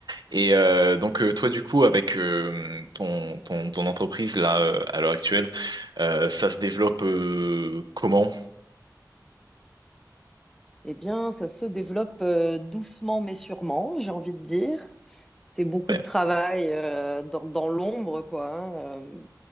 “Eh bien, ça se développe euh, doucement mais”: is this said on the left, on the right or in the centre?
Centre